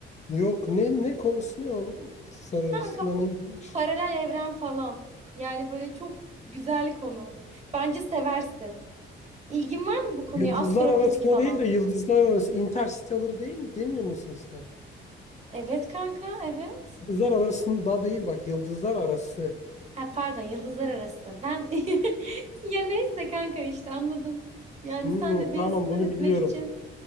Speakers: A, on the left; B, on the right.
A: Yok ne ne konusu ne onun? Yıldızlar
B: Kanka
A: arasında neymiş?
B: paralel evren falan. Yani böyle çok güzel konu. Bence seversin. İlgin var mı bu konuya?
A: Yıldızlar
B: Astrofizik
A: arasında
B: falan.
A: değil de yıldızlar arası. Interstellar değil mi? Demiyor musun sen?
B: Evet kanka, evet.
A: Yıldızlar arasında değil bak. Yıldızlar arası.
B: Ha pardon, yıldızlar arası. Ben <laughs> ya neyse kanka işte anladın. Yani
A: Hmm,
B: sen de beni
A: tamam
B: sinir
A: bunu
B: etmek
A: biliyorum.
B: için